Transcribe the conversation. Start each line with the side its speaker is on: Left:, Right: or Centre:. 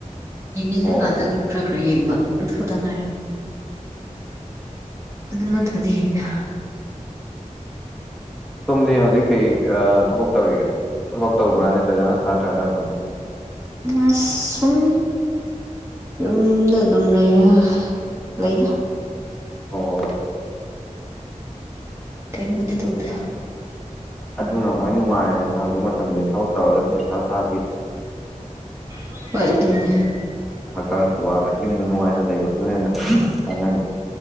Right: ꯌꯦꯡꯅꯤꯡꯉꯀꯥꯟꯗ
Centre: ꯑꯣ
Right: ꯈꯔ ꯈꯔ ꯌꯦꯡꯕ ꯑꯗꯨ ꯈꯛꯇꯪ ꯉꯥꯏꯔ ꯑꯗꯨꯅꯠꯇꯩꯅ
Centre: ꯁꯣꯝꯗꯤ ꯍꯧꯖꯤꯛ ꯀꯩ ꯊꯕꯛ ꯇꯧꯔꯤꯒꯦ ꯊꯕꯛ ꯇꯧꯕ꯭ꯔꯥ ꯅꯠꯇ꯭ꯔꯖꯅ ꯁꯥꯠꯇ꯭ꯔꯕꯥ ꯀꯃꯥꯏꯅ
Right: ꯑ ꯁꯨꯝ ꯌꯨꯝꯗ ꯑꯗꯨꯝ ꯂꯩꯔ ꯂꯩꯗ
Centre: ꯑꯣ
Right: ꯀꯩ ꯃꯗꯦ ꯇ ꯎꯗ
Centre: ꯑꯗꯨꯅ ꯈꯋꯥꯏ ꯅꯨꯡꯉꯥꯏꯔꯦꯅ ꯍꯧꯖꯤꯛ ꯃꯇꯝꯁꯤ ꯊꯕꯛ ꯇꯧꯔꯒ ꯁꯨꯝ ꯃꯊꯥ ꯁꯥꯕꯤ
Right: ꯑꯗꯨ ꯑꯗꯨꯅꯦ
Centre: ꯍꯛꯆꯥꯡꯁꯨ ꯋꯥꯕ ꯌꯨꯝꯗ ꯅꯨꯡꯉꯥꯏꯅ ꯂꯩꯕꯗꯨꯅ ꯍꯦꯟꯅ ꯀꯥꯟꯅ